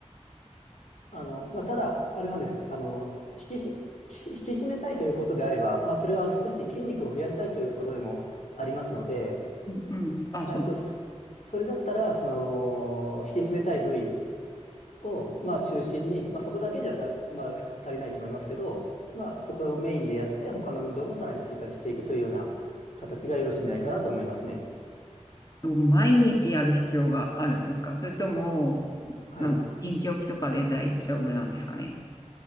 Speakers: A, on the left; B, on the left.
A: あのまあ、ただ、あれなんです、あの引きし、引き締めたいということであれば、まあ、それは少し筋肉を増やしたいということでもありますので、
B: ん。うんあ、そうです。
A: えっと、そそれだったら、その引き締めたい部位を、まあ、中心に、まあ、そこだけじゃだ、まあ、足りないと思いますけど、まあ、そこをメインでやって、他の運動もさらに追加していくというような形がよろしいんじゃないかなと思いますね。
B: 毎日やる必要があるんですかそれとも、
A: はい。
B: なん、一日おきとかで大丈夫なんですかね。